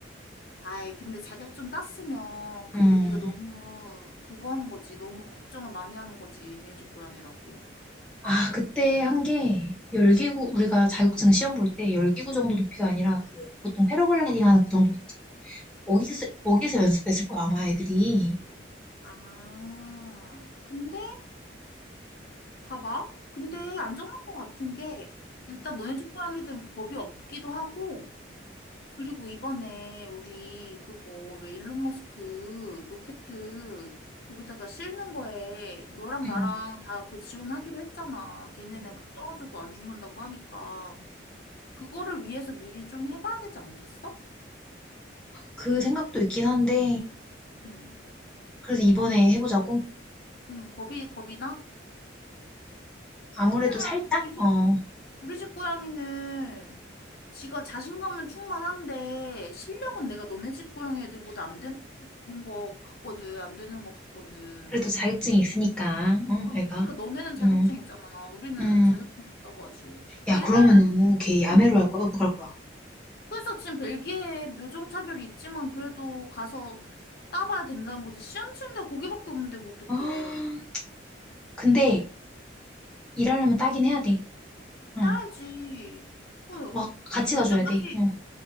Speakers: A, on the left; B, in the centre.
A: 아이, 근데 자격증 땄으면
B: 음
A: 그래도 네가 너무 그거 하는 거지. 너무 걱정을 많이 하는 거지. 네 집 고양이라고.
B: 아 그때 한 게 열기구 우리가 자격증 시험 볼 때 열기구 정도 높이가 아니라 그 보통 패러글라이딩 하는 그 정도 있지 거기서 거기서 연습했을 거야 아마 애들이
A: 아, 근데 봐봐. 근데 안전할 것 같은 게 일단 너네 집 고양이들은 겁이 없기도 하고 그리고 이번에 우리 그거 왜 일론 머스크 로켓 거기다가 싣는 거에 너랑
B: 음음음음음음아
A: 나랑 다 그 지원하기로 했잖아. 걔네는 떨어져도 안 죽는다고 하니까 그거를 위해서 미리 좀 해봐야 되지 않겠어?
B: 그 생각도 있긴 한데
A: 응,
B: 그래서 이번에 해보자고
A: 응, 겁이 겁이 나?
B: 아무래도
A: 왜냐면
B: 살짝
A: 우리 집
B: 어
A: 우리 집 고양이는 지가 자신감은 충만한데 실력은 내가 너네 집 고양이 애들보다 안 되는 거 같거든. 안 되는 거 같거든.
B: 그래도 자격증이 있으니까 어 애가
A: 그러니까 너네는 자격증
B: 음.
A: 있잖아. 우리는
B: 음.
A: 자격증이 없다고 하지.
B: 야,
A: 얘는
B: 음. 그러면은 걔 야매로
A: 음.
B: 할 거야? 어떡할 거야?
A: 그래서 지금 벨기에 묘종차별이 있지만 그래도 가서 따봐야 된다는 거지. 시험 치는데 거기밖에 없는데 뭐 어떡해.
B: 아, 근데 일하려면 따긴 해야 돼. 응.
A: 따야지. 어,
B: 막 같이
A: 아니,
B: 가줘야
A: 언제까지
B: 돼. 응.